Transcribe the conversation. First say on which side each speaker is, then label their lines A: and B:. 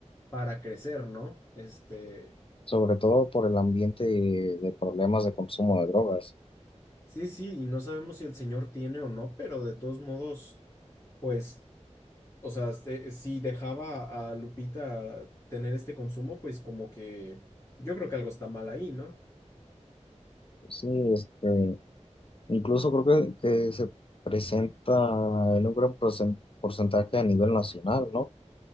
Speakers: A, on the left; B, on the left.
A: para crecer, ¿no? Este,
B: sobre todo por el ambiente de, de problemas de consumo de drogas.
A: sí, sí, y no sabemos si el señor tiene o no, pero de todos modos, pues, o sea, este, si dejaba a Lupita tener este consumo, pues como que yo creo que algo está mal ahí, ¿no?
B: Sí, este, incluso creo que, que se presenta en un gran porcen- porcentaje a nivel nacional, ¿no?